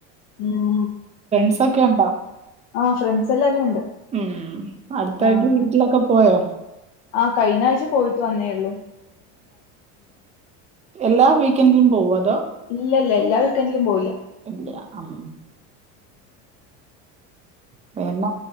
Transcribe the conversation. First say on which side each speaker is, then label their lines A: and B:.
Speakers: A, on the left; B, on the right.
A: ഉം
B: ഫ്രണ്ട്സൊക്കെ ഉണ്ടോ
A: ആഹ് ഫ്രണ്ട്സ് എല്ലാരും ഉണ്ട്
B: ഉം അടുത്തിടയ്ക്ക്
A: ആഹ്
B: വീട്ടിലൊക്കെ പോയോ
A: ആഹ് കഴിഞ്ഞ ആഴ്ച പോയിട്ട് വന്നേ ഉള്ളൂ
B: എല്ലാ വീക്കെന്ഡിലും പോകുവോ അതോ
A: ഇല്ലല്ല എല്ലാ വിക്കെന്റിലും പോയില്ല
B: ഇല്ല അം പിന്നെ